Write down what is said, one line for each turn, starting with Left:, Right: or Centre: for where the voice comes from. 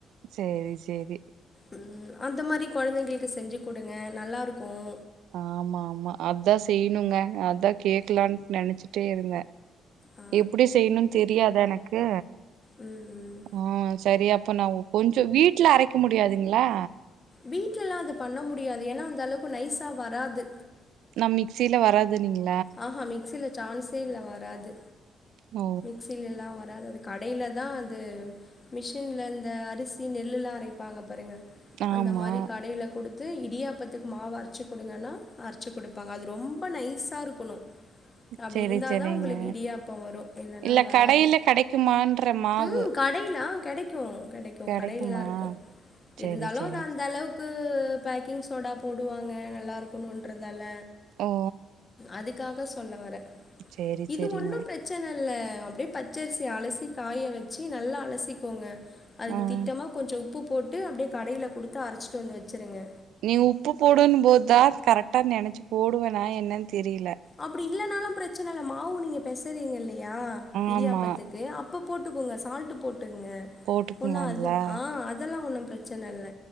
Right: சேரி சேரி
Left: உம் அந்த மாதிரி கொழந்தைங்களுக்கு செஞ்சு கொடுங்க நல்லாருக்கும்
Right: ஆமா ஆமா அதான் செய்யணுங்க அதான் கேக்கலாம் நெனச்சுட்டேருந்தே
Left: ஆ
Right: எப்டி செய்யணும்னு தெரியாதா எனக்கு
Left: ம் ம்
Right: உம் சரி அப்ப நா கொஞ்சோ வீட்ல அரக்கெ முடியாதுங்களா
Left: வீட்லல்லா அது பண்ண முடியாது ஏன்னா அந்த அளவுக்கு நைஸா வராது
Right: நம் மிக்ஸுல வராதுனீங்க
Left: ஆஹான் மிக்ஸில சான்ஸே இல்ல வராது
Right: ஓ
Left: மிக்ஸிலெல்லா வராது அது கடயில தா அது மிஷின்ல இந்த அரிசி நெல்லுலா அரைப்பாங்க பாருங்க
Right: ஆமா
Left: அந்த மாரி கடையில குடுத் து இடியாப்பத்துக்கு மாவு அரைச்சு குடுங்கன்னா அரைச்சு குடுப்பாங்க அது ரொம்ப நைஸ்சா இருக்கணு அப்டி
Right: சேரி
Left: இருந்தாதா
Right: சேரிங்க
Left: உங்களுக்கு இடியாப்போ வரு இல்லன்னா
Right: இல்ல
Left: வராது
Right: கடையில கெடைக்குமான்ற மாவு
Left: ம் கடையில ஆ கெடைக்கு கெடைக்கு
Right: கெடைக்குமா
Left: கடைலல்லா இருக்கு
Right: சேரி
Left: இருந்தாலு
Right: சேரி
Left: அது அந்த அளவுக்கு க்கு பேக்கிங் சோடா போடுவாங்க நல்லா இருக்கணுன்றதால
Right: ஓ
Left: அதுக்காக சொல்ல வர்றே
Right: சேரி
Left: இது
Right: சேரிங்க
Left: ஒண்ணு பிரச்சனல்ல அப்டியே பச்சை அரிசிய அலசி காய வச்சி நல்லா அலசிக்கோங்க அதுக்கு
Right: ஆ
Left: திட்டமா கொஞ்சோ உப்பு போட்டு அப்டியே கடையில குடுத்து அரைச்சிட்டு வந்து வச்சிருங்க
Right: நீ உப்பு போடுன்னும் போதுதா கரெக்டா நெனைச்சி போடுவெனா என்னன்னு தெரியல
Left: அப்டி இல்லனாலு பிரச்சனை இல்ல மாவு நீங்க பெசயிறீங்க இல்லையா இடியாப்பத்துக்கு
Right: ஆமா
Left: அப் உப்பு போட்டுக்கோங்க சால்ட்டு போட்டுக்கங்க
Right: போட்டுக்குனாங்களா
Left: ஒன்னா அது ஆ அதெல்லா ஒண்ணு பிரச்சனை இல்ல